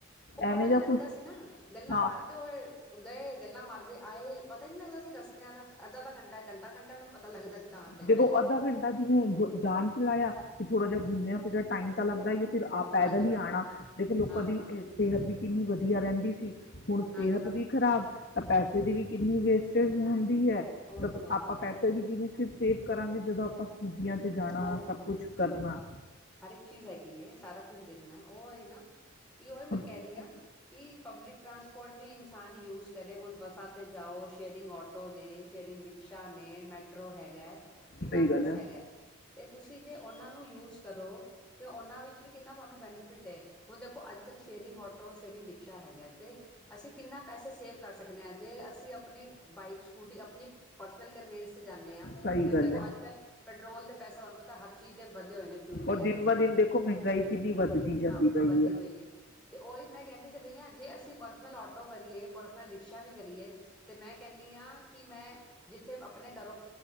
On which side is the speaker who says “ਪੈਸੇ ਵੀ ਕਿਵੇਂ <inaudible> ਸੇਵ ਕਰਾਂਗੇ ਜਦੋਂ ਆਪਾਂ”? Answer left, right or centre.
Left